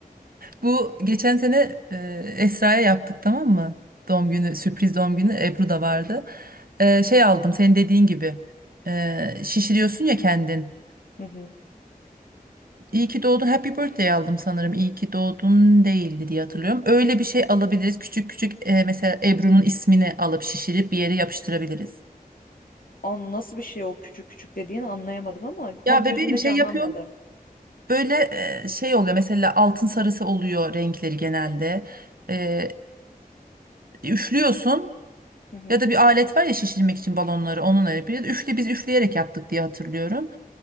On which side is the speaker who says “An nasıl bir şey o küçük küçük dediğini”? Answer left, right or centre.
Left